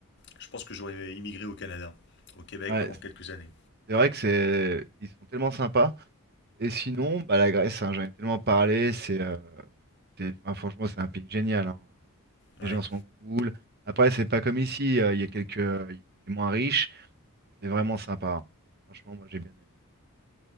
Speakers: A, on the left (about 50°); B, on the right (about 45°).
A: je pense que j'aurais immigré au Canada, au Québec
B: Ouais,
A: pendant quelques années.
B: c'est vrai que c'est, ils sont tellement sympas. Et sinon, bah, la Grèce, hein, j'en ai tellement parlé. C'est, euh, c'est- enfin, franchement, c'est un pays génial. hein.
A: Ouais.
B: les gens sont cool. Après, c'est pas comme ici, euh, il y a quelques, euh, c'est moins riche, c'est vraiment sympa. hein. Franchement, moi j'ai bien aimé.